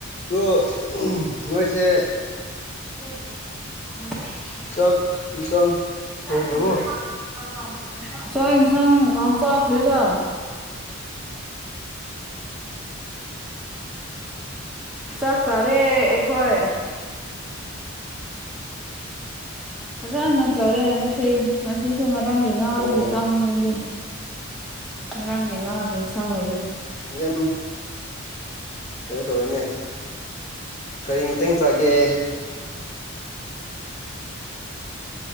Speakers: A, on the left; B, in the centre.
A: ꯗꯨ <unintelligible> ꯅꯣꯏꯁꯦ
B: <unintelligible> <unintelligible>
A: ꯆꯥꯛ ꯏꯟꯁꯥꯡ ꯊꯣꯡꯈ꯭ꯔꯕꯣ
B: <unintelligible> ꯆꯥꯛ ꯏꯟꯁꯥꯡ ꯑ ꯆꯥꯈ꯭ꯔꯦꯗ ꯆꯥꯛ ꯆꯥꯔꯦ ꯑꯩꯈꯣꯏ ꯐꯖꯥꯅ ꯆꯥꯔꯦ ꯉꯁꯤ ꯉꯁꯤꯁꯨ ꯉꯔꯥꯡꯒꯤ ꯉꯥꯗꯒꯤ
A: ꯑꯣ
B: ꯆꯥꯕꯅꯤ ꯑꯩꯗꯤ ꯉꯔꯥꯡꯒꯤ ꯉꯥꯒꯤ ꯏꯟꯁꯥꯡ ꯂꯩꯕꯩ
A: ꯌꯥꯝ ꯀꯩꯅꯣ ꯇꯧꯔꯤꯅꯦ ꯀꯔꯤ ꯃꯇꯦꯡ ꯆꯥꯒꯦ